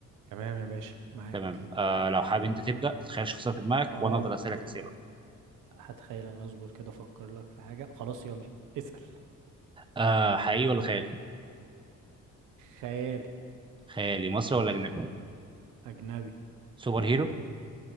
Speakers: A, on the right; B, on the right.
A: تمام يا باشا معاك
B: تمام آه لو حابب انت تبدا تخيل شخصيه في دماغك
A: اه
B: وانا افضل اسالك اسئله
A: هت- هتخيل انا اصبر كده افكر لك في حاجة خلاص يلا اسأل
B: آه حقيقي ولا خيالي
A: خيالي
B: خيالي مصري ولا اجنبي
A: اجنبي
B: سوبر هيرو